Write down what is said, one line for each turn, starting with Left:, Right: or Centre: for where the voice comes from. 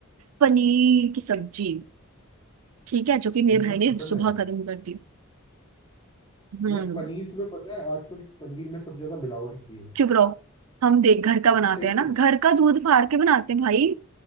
Right: पनीर की सब्जी ठीक है जो कि मेरे
Left: ये तुम्हें
Right: भाई ने
Left: पसंद
Right: सुबह
Left: है
Right: खत्म कर दी हम्म
Left: यार पनीर तुम्हें पता है आजकल पनीर में सबसे ज्यादा मिलावट होती है
Right: चुप रहो हम देख घर का बनाते
Left: ये सही में
Right: हैं ना
Left: होता-
Right: घर का दूध फाड़ के बनाते हैं भाई